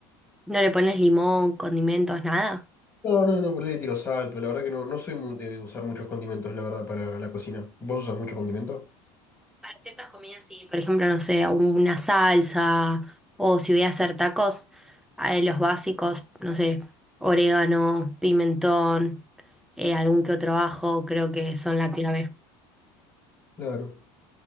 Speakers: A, in the centre; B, on the left.
A: ¿No le pones limón, condimentos, nada?
B: No, no, no, por ahí le tiro sal, pero la verdad que no, no soy muy de usar muchos condimentos, la verdad, para la cocina. ¿Vos usas mucho condimento?
A: Para ciertas comidas sí, por ejemplo, no sé, una salsa o si voy a hacer tacos, eh, los básicos, no sé, orégano, pimentón, eh, algún que otro ajo, creo que son la clave.
B: Claro.